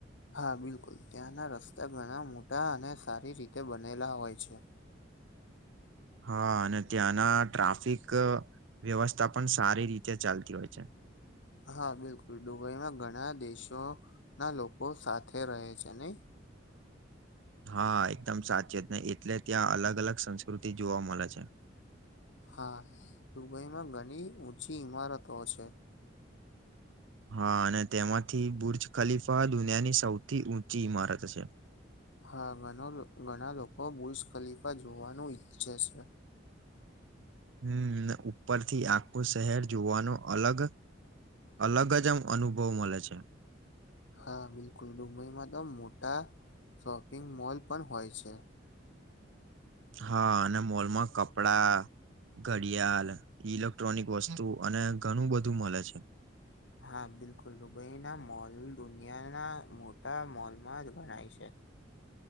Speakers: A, on the left (about 75°); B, on the right (about 80°).
A: હા, બિલકુલ ત્યાંના રસ્તા ઘણા મોટા અને સારી રીતે બનેલા હોય છે.
B: હા અને ત્યાંના ટ્રાફિક વ્યવસ્થા પણ સારી રીતે ચાલતી હોય છે,
A: હા બિલકુલ દુબઈમાં ઘણા દેશો ના લોકો સાથે રહે છે, નઈ
B: હા, એકદમ સાચી જ ન એટલે ત્યાં અલગ અલગ સંસ્કૃતિ જોવા મળે છે.
A: હા, દુબઈમાં ઘણી ઊંચી ઈમારતો છે.
B: હા, અને તેમાંથી બુર્જ ખલીફા દુનિયાની સૌથી ઊંચી ઈમારત છે
A: હા, ઘણા લોકો બુશ ખલીફા જોવાનું ઈચ્છે છે,
B: હમ્મ ઉપરથી આખું શહેર જોવાનું અલગ અલગ જ એમ અનુભવ મળે છે,
A: હા બિલકુલ ડુંબઈમાં તો મોટા શોપિંગ મોલ પણ હોય છે,
B: હા, અને મોલમાં કપડા ઘડિયાળ ઇલેક્ટ્રોનિક વસ્તુ અને ઘણું બધું મળે છે,
A: હા, બિલકુલ દુબઈના મોલ દુનિયાના મોટા મોલમાં જ ગણાય છે